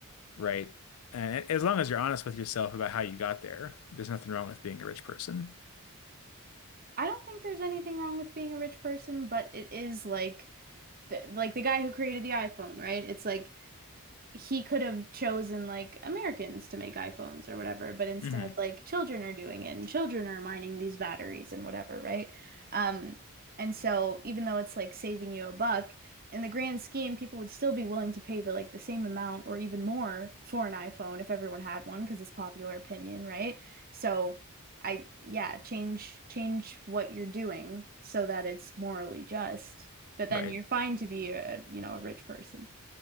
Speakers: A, on the left (about 70°); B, on the right (about 40°).
A: right? And as long as you're honest with yourself about how you got there, there's nothing wrong with being a rich person.
B: I don't think there's anything wrong with being a rich person, but it is like the, like the guy who created the iPhone, right? It's like he could have chosen like Americans to make iPhones or whatever, but instead
A: Mm-hmm.
B: like children are doing it and children are mining these batteries and whatever, right? Um, and so even though it's like saving you a buck, in the grand scheme, people would still be willing to pay the like the same amount or even more for an iPhone if everyone had one because it's popular opinion, right? So I yeah, change change what you're doing so that it's morally just, but then
A: Right.
B: you're fine to be a, you know, a rich person.